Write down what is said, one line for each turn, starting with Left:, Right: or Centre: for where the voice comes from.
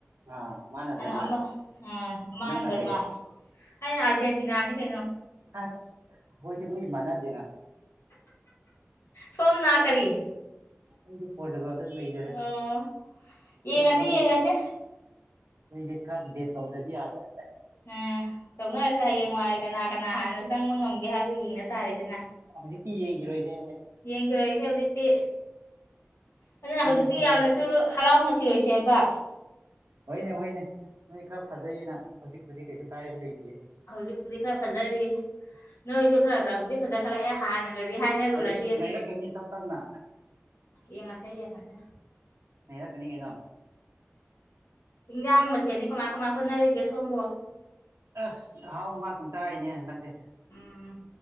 Right: ꯑꯥ ꯃꯥꯅ
Left: ꯑꯅ
Right: ꯖꯔꯃꯟ
Left: ꯑꯃ ꯃꯥꯅ
Right: ꯅꯪꯅ
Left: ꯆꯔꯃ
Right: ꯀꯩ
Left: ꯑꯩꯅ ꯑꯥꯔꯖꯦꯟꯇꯤꯅꯥꯅꯤ ꯀꯩꯅꯣ
Right: ꯑꯁ ꯍꯣꯏꯁꯦ ꯂꯣꯏ ꯃꯥꯟꯅꯗꯦꯅ
Left: ꯁꯣꯝꯅꯥ ꯀꯕꯤ
Right: ꯑꯩꯗꯤ ꯄꯣꯠꯇꯨꯒ ꯑꯝꯇ ꯂꯩꯖꯔꯦ ꯑꯩꯈꯣꯏꯁꯨ
Left: ꯑꯣ ꯌꯦꯡꯉꯁꯤ
Right: ꯂꯣꯏ
Left: ꯌꯦꯡꯉꯁꯤ
Right: ꯃꯣꯏꯁꯦ ꯈꯔ ꯗꯦꯠ ꯇꯧꯗꯗꯤ ꯌꯥꯗ꯭ꯔꯦ
Left: ꯎꯝ ꯇꯧꯅꯔꯁꯦ ꯍꯌꯦꯡꯋꯥꯏ ꯀꯅꯥ ꯀꯅꯥ ꯍꯥꯟꯅ ꯆꯪꯕ ꯉꯝꯒꯦ ꯍꯥꯏꯕꯗꯨꯣ ꯌꯦꯡꯅ ꯇꯥꯔꯦꯗꯅ
Right: ꯍꯧꯖꯤ ꯇꯤ ꯌꯦꯡꯈꯤꯕꯔꯣꯏꯁꯦ
Left: ꯌꯦꯡꯈꯤꯔꯛꯏꯁꯦ ꯍꯧꯖꯤꯛꯇꯤ ꯑꯗꯨꯅ
Right: ꯁꯤꯃꯤ
Left: ꯍꯧꯖꯤꯛꯇꯤ
Right: ꯀ꯭ꯋꯥꯇꯔ
Left: ꯌꯥꯝꯅꯁꯨ ꯍꯔꯥꯎꯅ ꯊꯤꯔꯣꯏꯁꯦꯕꯥꯛ
Right: ꯍꯣꯏꯅꯦ ꯍꯣꯏꯅꯦ ꯃꯣꯏ ꯈꯔ ꯐꯖꯩꯌꯦꯅ ꯍꯧꯖꯤꯛꯇꯨꯗꯤ ꯀꯩꯁꯨ ꯀꯥꯏꯕ ꯂꯩꯇꯦ
Left: ꯍꯧꯖꯤꯛꯄꯨꯗꯤ ꯈꯔ ꯐꯖꯔꯤ ꯅꯣꯏꯁꯨ ꯈꯔ ꯈꯔꯕꯨꯗꯤ ꯐꯖ ꯈꯠꯂꯛꯑꯦ ꯍꯥꯟꯅꯒꯗꯤ ꯍꯥꯏꯅꯔꯨꯔꯗꯤ
Right: ꯑꯩꯁ ꯅꯩꯔꯛꯀꯅꯤ ꯇꯞ ꯇꯞꯅ
Left: ꯌꯦꯡꯉꯁꯦ ꯌꯦꯡꯉꯁꯦ
Right: ꯍꯔꯛꯀꯅꯤ ꯀꯩꯅꯣ
Left: ꯏꯟꯖꯥꯡ ꯃꯊꯦꯜꯅꯤ ꯀꯃꯥꯏ ꯀꯃꯥꯏ ꯍꯣꯠꯅꯔꯤꯒꯦꯕꯣ
Right: ꯑꯁ ꯍꯥꯎ ꯉꯥꯛꯇ ꯍꯥꯏꯅꯦ ꯍꯟꯗꯛꯁꯦ
Left: ꯎꯝ